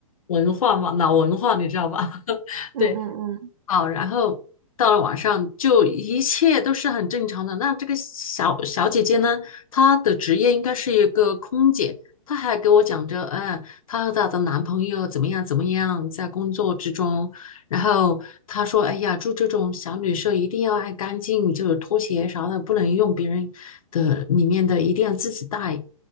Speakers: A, on the left; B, on the right.
A: 文化嘛，老文化你知道吧？<laughs>
B: 嗯嗯嗯
A: 对。好，然后到了晚上就一切都是很正常的。那这个小小姐姐呢，她的职业应该是一个空姐，她还给我讲着，哎，她和她的男朋友怎么样怎么样，在工作之中。然后她说，哎呀，住这种小旅社一定要爱干净，就是拖鞋啥的不能用别人的里面的，一定要自己带。